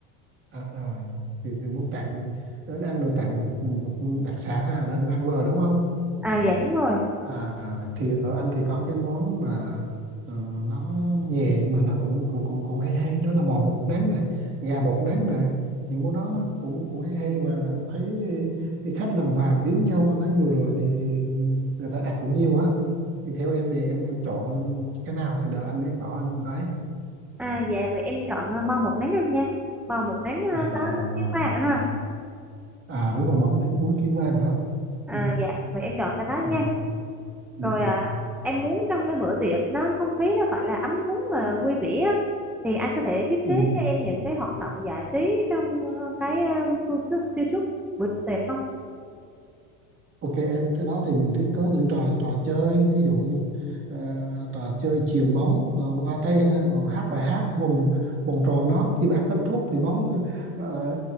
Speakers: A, on the right (about 30°); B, in the centre.
A: à, à, thì, thì muốn tặng đến ăn đồ tặng một, một đặc sản ha đến mang vừa đúng không
B: À dạ đúng rồi.
A: à thì ở anh thì có cái món mà ờ, nó nhẹ mà nó cũng cũng cũng cũng hay hay đó là bò bột nắng này gà bột nắng này những món đó nó cũng cũng hay hay và thấy đi khách lần vào biếu nhau anh thấy vừa rồi thì thì người ta đặt cũng nhiều á thì theo em thì em em chọn cái nào thì đợi anh biết rõ anh ấy
B: À dạ mà em chọn ờ, bò một nắng anh nha. Bò một nắng
A: rồi
B: ờ,
A: rồi
B: có
A: rồi, rồi
B: tiếng vàng
A: bò
B: á ha.
A: à đúng rồi bò bột nén bún kim vàng đó
B: À,
A: ừ.
B: dạ, vậy em chọn cái đó nha.
A: Ừ. Ừ,
B: Rồi
A: ừ,
B: à, em muốn trong cái bữa tiệc nó không khí nó phải là ấm cúng và vui vẻ á. Thì anh có thể thiết
A: ừ.
B: kế cho em những cái hoạt động giải trí trong ờ, cái ờ, su- su- suy suốt bữa tiệc không?
A: Ok em, thế đó thì mình thiết kế những trò trò chơi, thí dụ như ờ, trò chơi chuyền bóng ờ, qua tay ờ, hát bài hát vòng vòng tròn đó, khi bài hát kết thúc thì bóng ờ,